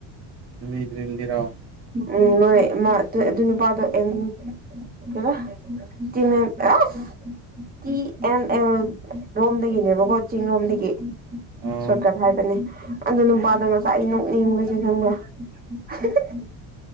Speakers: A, on the right; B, on the right.
A: ꯂꯤꯗ꯭ꯔꯤ ꯂꯤꯔꯥꯎ
B: ꯎꯝ ꯅꯣꯏ ꯑꯃ ꯑꯗꯨ ꯑꯗꯨ ꯅꯨꯄꯥꯗꯣ ꯑꯦꯝ ꯌꯨ ꯀꯦꯕ ꯇꯤꯃꯦꯝ ꯑꯦꯁ ꯇꯤ ꯑꯦꯝ ꯑꯦꯜ ꯔꯣꯝ ꯗꯒꯤꯅꯦ ꯔꯣꯀꯣ ꯆꯤꯡ ꯂꯣꯝꯗꯒꯤ
A: ꯑꯣ
B: ꯁꯣꯔꯠ ꯀꯠ ꯍꯥꯏꯕꯅꯦ ꯑꯗꯨ ꯅꯨꯄꯥꯗꯣ ꯉꯁꯥꯢ ꯅꯣꯛꯅꯤꯡꯕꯁꯦ ꯈꯪꯕ꯭ꯔ ꯍꯍꯍ